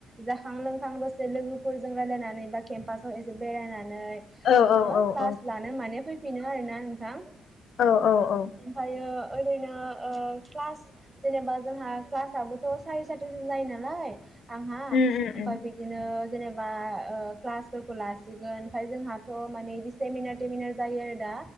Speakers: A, on the right; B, on the left.
A: जाखां लोंखां दसे लोगोफोरजों रायलायनानै बा केम्पासाव एसे बेरायनानै नै
B: औ
A: आङो
B: औ औ
A: क्लास
B: औ
A: लानो माने फै फिनो आरोना नोंथां।
B: औ औ औ।
A: ओमफ्रायो ओरैनो ओ क्लास जेनेबा जोंहा क्लासाबोथ' सारि सारिथासिम जायो नालाय आंहा
B: उम
A: ओमफाय
B: उम
A: बिदिनो जेनेबा ओ क्लासफोरखौ लासिगोन ओमफाय जोंहाथ' माने बिदि सेमिनार टेमिनार जायो आरो दा